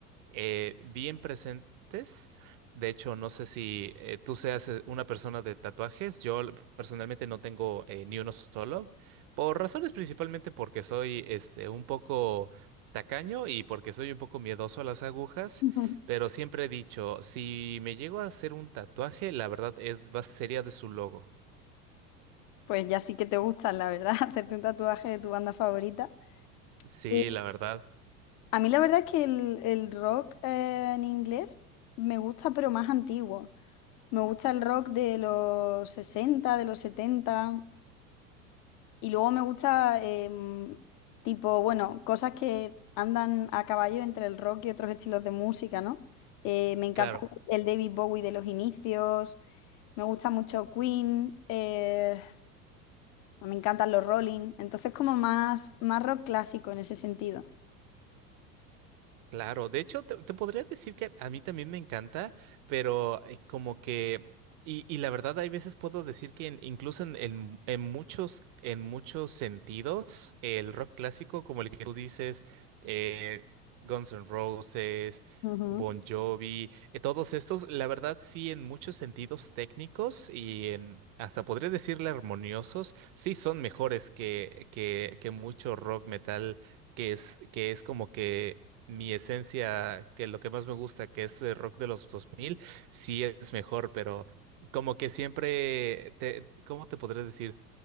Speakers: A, on the right (about 40°); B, on the left (about 40°).
A: eh, bien presentes. De hecho, no sé si eh, tú seas eh, una persona de tatuajes. Yo l- personalmente no tengo eh, ni uno solo, por razones principalmente porque soy este, un poco tacaño y porque soy un poco miedoso a las agujas,
B: <laughs> Ujú.
A: pero siempre he dicho, si me llego a hacer un tatuaje, la verdad es, va, sería de su logo.
B: Pues ya sí que te gustan, la verdad, <laughs> hacerte un tatuaje de tu banda favorita.
A: Sí,
B: Eh,
A: la verdad,
B: A mí la verdad es que el, el rock eh, en inglés me gusta, pero más antiguo. Me gusta el rock de los sesenta de los setenta Y luego me gusta, em, tipo, bueno, cosas que andan a caballo entre el rock y otros estilos de música, ¿no? Eh, me encanta
A: claro.
B: el David Bowie de los inicios. Me gusta mucho Queen. eh, me encantan los Rolling. Entonces, como más, más rock clásico en ese sentido.
A: Claro, de hecho, te, te podría decir que a mí también me encanta, pero eh, como que, y, y la verdad, hay veces puedo decir que en- incluso en, en- en muchos, en muchos sentidos, el rock clásico, como el que tú dices, eh, Guns N' Roses,
B: Ujú.
A: Bon Jovi, eh, todos estos, la verdad, sí, en muchos sentidos técnicos y en, hasta podría decirle armoniosos, sí son mejores que, que, que mucho rock metal que es, que es como que mi esencia, que lo que más me gusta, que es el rock de los 2000 sí es mejor, pero como que siempre, te, ¿cómo te podré decir?